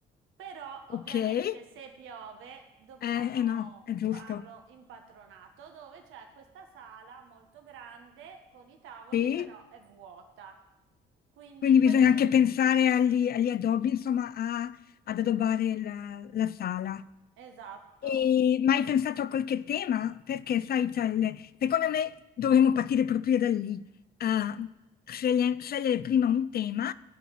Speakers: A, on the right; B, on the left.
A: Però ovviamente
B: ok, eh,
A: se piove dobbiamo
B: eh no, è giusto,
A: farlo in patronato, dove c'è questa sala molto grande con i tavoli,
B: sì.
A: però è vuota. Quindi
B: Quindi
A: questo
B: bisogna anche pensare agli, agli addobbi, insomma, a- ad addobbare la, la sala.
A: esatto,
B: E, ma hai pensato a qualche tema? Perché, sai, c'è il- secondo me dovremmo partire proprio da lì. Ah, sceglie- scegliere prima un tema,